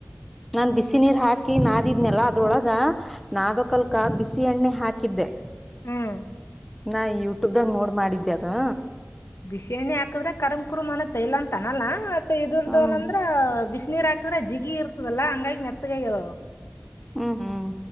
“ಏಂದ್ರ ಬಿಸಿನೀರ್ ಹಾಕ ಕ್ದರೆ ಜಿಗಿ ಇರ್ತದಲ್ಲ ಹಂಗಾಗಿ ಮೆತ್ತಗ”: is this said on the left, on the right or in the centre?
Left